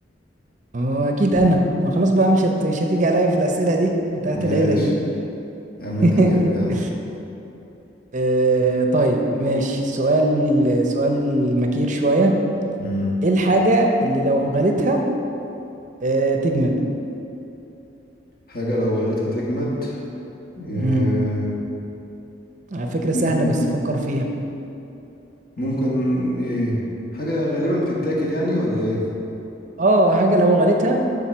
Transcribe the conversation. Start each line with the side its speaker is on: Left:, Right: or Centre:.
Right: هو أكيد أنا ما خلاص بقى مش هت... مش هتيجي عليا في الأسئلة دي بتاعت
Left: ماشي
Right: العيلة دي
Left: يا عم
Right: <laughs>
Left: انت الجامد يا عم
Right: آه طيب ماشي سؤال سؤال مكير شوية
Left: مم.
Right: ايه الحاجة اللي لو غليتها آه تجمد
Left: حاجة لو غليتها تجمد ياه،
Right: امم على فكرة سهلة
Left: ممكن
Right: بس فكر فيها
Left: ممكن ايه حاجة غالبا بتتاكل يعني ولا ايه
Right: اه حاجة لو غليتها